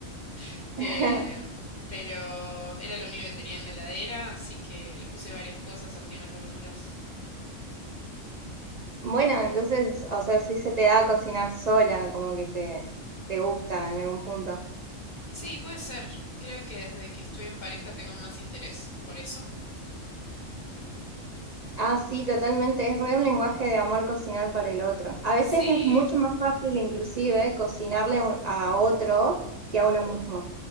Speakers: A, on the left; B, on the right.
A: <laughs> eh,
B: <laughs>
A: pero era lo único que tenía en la heladera, así que le puse varias cosas, salteé unas verduras.
B: Bueno, entonces, o sea, sí se te da cocinar sola, como que te, te gusta en algún punto.
A: Sí, puede ser. Creo que desde que estoy en pareja tengo más interés por eso.
B: Ah, sí, totalmente, es re un lenguaje de amor cocinar para el otro. A veces
A: Sí,
B: es mucho más fácil inclusive cocinarle un- a otro que a uno mismo.